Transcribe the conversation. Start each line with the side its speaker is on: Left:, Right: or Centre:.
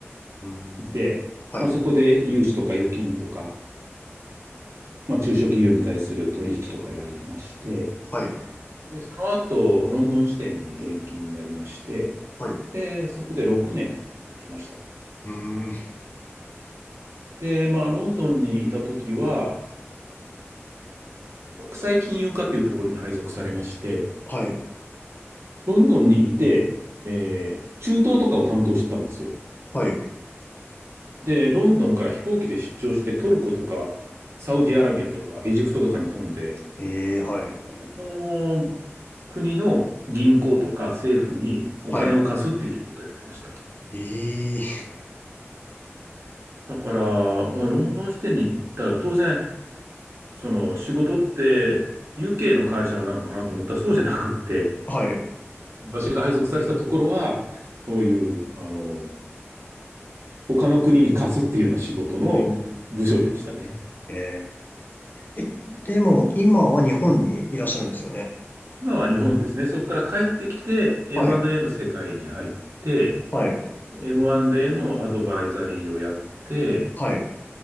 Left: うん、
Right: 年いて、
Left: はい、
Right: まあ、そこで融資とか預金とか、まあ、中小企業に対する取引とかやりまして、
Left: はい、
Right: で、その後、ロンドン支店に転勤になりまして、
Left: はい、
Right: で、そこで6年いました。
Left: うん、
Right: で、まあ、ロンドンにいた時は、国際金融課というところに配属されまして、
Left: はい、
Right: ロンドンにいて、えー中東とかを担当してたんですよ。
Left: はい、
Right: で、ロンドンから飛行機で出張してトルコとかサウジアラビアとかエジプトとかに飛んで、
Left: えー、はい、
Right: そこの国の銀行とか政府にお金を貸すっていう仕事をやってました。
Left: はい、え
Right: だから、まあ、ロンドン支店に行ったら当然、その仕事って UK の会社なのかなと思ったらそうじゃなくって、
Left: ー、はい、
Right: 私が配属されたところは、そういう、あの、他の国に貸すっていうような仕事の部署でしたね。
Left: うん、えー、え、でも今は日本にいらっしゃるんですよね。
Right: 今は日本ですね。そこから帰ってきて M&A
Left: はい、
Right: の世界に入って、
Left: はい、
Right: M&A のアドバイザリーをやって、
Left: はい、